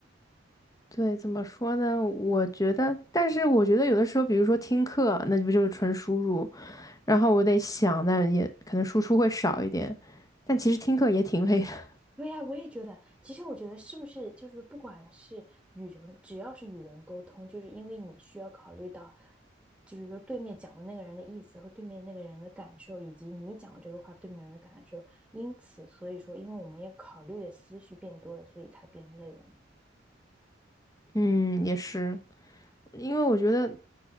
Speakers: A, on the left (about 20°); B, in the centre.
A: 对，怎么说呢？我觉得，但是我觉得有的时候，比如说听课，那不就是纯输入，然后我得想，但也可能输出会少一点，但其实听课也挺累的。<laughs>
B: 对呀，我也觉得。其实我觉得，是不是就是不管是与人，只要是与人沟通，就是因为你需要考虑到，就是说对面讲的那个人的意思和对面那个人的感受，以及你讲这个话对面人的感受。因此，所以说，因为我们要考虑的思绪变多了，所以才变累了。
A: 嗯，也是，因为我觉得。